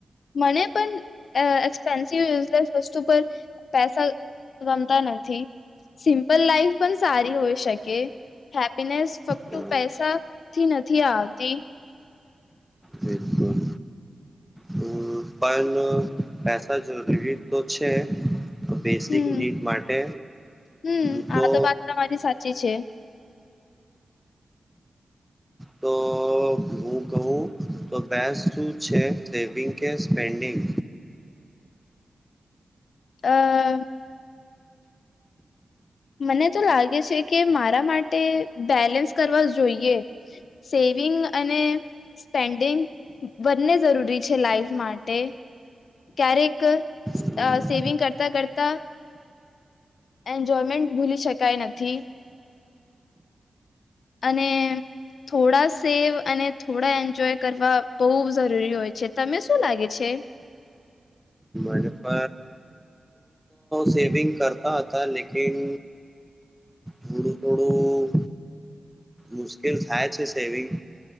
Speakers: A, on the left; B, in the centre.
A: મને પણ એક્સપેન્સિવ યુઝલેસ વસ વતુ પર પૈસા રમતા નથી સિમ્પલ લાઈફ પણ સારી હોય શકે હેપીનેસ ફક્ત
B: હમ,
A: પૈસાથી નથી આવતી
B: બિલકુલ હમ પણ પૈસા જરૂરી તો છે બેસિક
A: હમ
B: નીડ માટે
A: હમ
B: હ તો
A: આ વાત તમારી સાચી છે
B: તો હું કહું તો બેસ શું છે સેવિંગ કે સ્પેન્ડિંગ
A: <inaudible> મને તો લાગે છે કે મારા માટે બેલેન્સ કરવા જોઈએ સેવિંગ અને સ્પેન્ડિંગ બંને જરૂરી છે લાાઈફ માટે ક્યારેક
B: હમ,
A: સેવિંગ કરતા કરતા એન્જોયમેન્ટ ભૂલી શકાય નથી અને થોડા સેવ અને થોડા એન્જોય કરવા બહુ જરૂરી હોય છે તને શું લાગે છે
B: એપ સેવિંગ કરતા હતા લકન થડું થોડું મુશ્કેલ થાય છે સેવિંગ